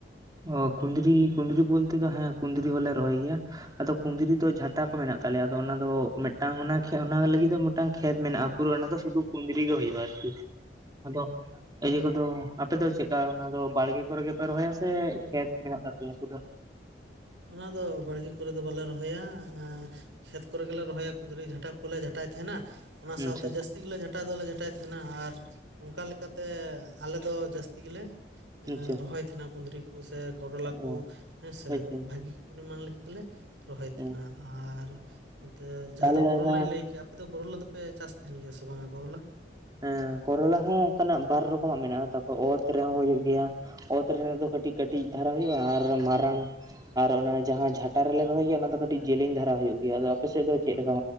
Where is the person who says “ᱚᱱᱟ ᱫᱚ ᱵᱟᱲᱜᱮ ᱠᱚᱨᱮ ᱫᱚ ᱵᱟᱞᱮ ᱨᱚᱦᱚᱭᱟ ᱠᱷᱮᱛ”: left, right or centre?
Right